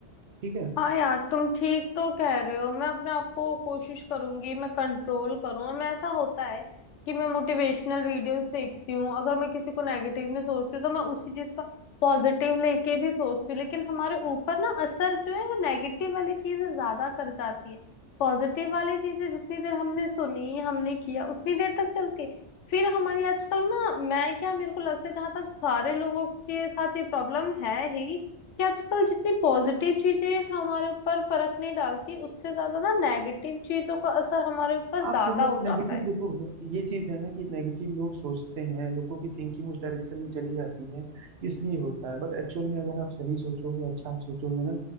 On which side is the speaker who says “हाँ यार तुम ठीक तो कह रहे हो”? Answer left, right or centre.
Left